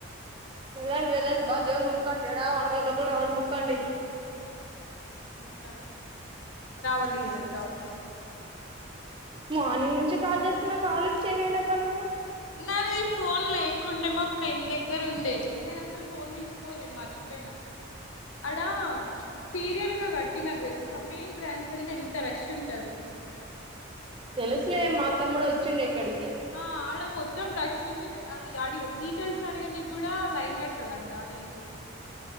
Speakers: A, on the right; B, on the left.
A: వెల్లండి వెల్లండి బాగ్ దేవన్ మొక్కండి దేడా వండే లోపల రావాలి అని మొ క్కండి
B: మొక్కాల రావాలి
A: ఉమ్
B: కదా జాబ్ మరి
A: మార్నింగ్ నుంచి కాల్ చేస్తున్నా కాల్ లిఫ్ట్ చెయ్యవెంద అబ్బా నువ్వు
B: నాయిఫ్ ఫోన్ లేకుండే మా ఫ్రెండ్ దగ్గర ఉండే నేను అసలు ఫోన్ తీసుకోలేను మర్చిపోయినా అడా సీరియల్ గా కట్టినరుతెల్సా మెయిన్ బ్రాంచ్ అంటే ఎంత రష్ ఉంట రవి
A: తెలుసులే మా తమ్ముడు వచ్చిండే ఇక్కడ్ కే
B: ఆ ఆడ మొత్తం రష్ ఉంది అది అడి డీటెయిల్స్ అడిగనికి కూడా లైన్ కట్టాలంట అది ఎందు